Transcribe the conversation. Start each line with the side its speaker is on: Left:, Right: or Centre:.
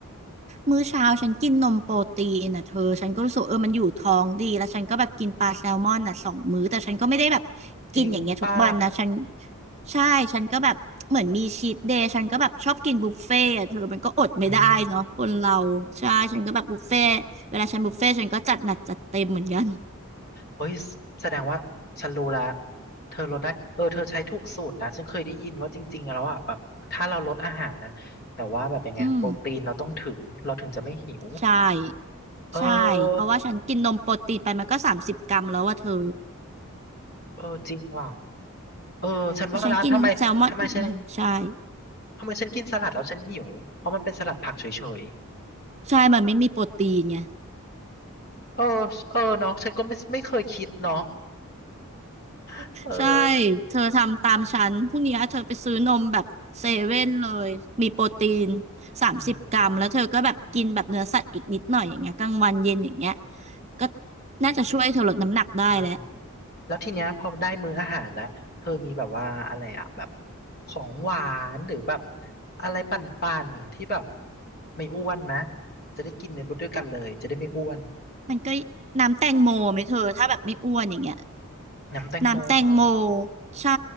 Right: มื้อเช้าฉันกินนมโปรตีนนะเธอฉันก็รู้สึกเออมันอยู่ท้องดีแล้วฉันก็แบบกินปลาแซลมอนน่ะสองมื้อแต่ฉันก็ไม่ได้แบบ
Left: จริงป่ะ
Right: กินอย่างเงี้ยทุกวันนะฉัน ใช่ฉันก็แบบเหมือนมีชีทเดย์ฉันก็แบบชอบกินบุฟเฟ่ต์อะเธอมันก็อดไม่ได้เนาะคนเราใช่ฉันก็แบบบุฟเฟ่ต์เวลาฉันบุฟเฟ่ต์ฉันก็จัดหนักจัดเต็มเหมือนกัน
Left: อืมเอ้ยแสดงว่าฉันรู้แล้ว เธอลดได้เออเธอใช้ถูกสูตรนะฉันเคยได้ยินว่าจริงๆแล้วอ่ะแบบถ้าเราลดอาหารนะ แต่ว่าแบบยังไงโปรตีนเราต้องถึงเราถึงจะไม่หิว
Right: อืมใช่
Left: เออ
Right: ใช่เพราะว่าฉันกินนมโปรตีนไปมันก็สามสิบกรัมแล้วว่าเธอ
Left: เออจริงว่ะเออฉันว่าและทำไมทำไมฉัน
Right: แล้วฉันกินแซลมอนอีกหน่อยใช่
Left: ทำไมฉันกินสลัดแล้วฉันหิวเพราะมันเป็นสลัดผักเฉย
Right: ใช่มันไม่มีโปรตีนไง
Left: ๆเออเออเนาะฉันก็ไม่ไม่เคยคิดเนาะ <laughs> เออ
Right: ใช่
Left: เอ
Right: เธอทำตามฉันพรุ่งนี้เธอไปซื้อนมแบบเซเว่นเลย มีโปรตีนสามสิบกรัมแล้วเธอก็แบบกินแบบเนื้อสัตว์อีกนิดหน่อยอย่างเงี้ยกลางวันเย็นอย่างเงี้ย
Left: อ
Right: ก็น่าจะช่วยเธอลดน้ำหนักได้แล้ว
Left: เออ แล้วทีเนี้ยพอได้มื้ออาหารแล้วเธอมีแบบว่าอะไรอะแบบของหวานหรือแบบอะไรปั่นๆที่แบบไม่อ้วนไหมจะได้กินในบุดด้วยกันเลยจะได้ไม่อ้วน
Right: มันก็น้ำแตงโมไหมเธอถ้าแบบไม่อ้วนอย่างเงี้ย
Left: น้ำแตงโมเหรอ
Right: น้ำแตงโมใช่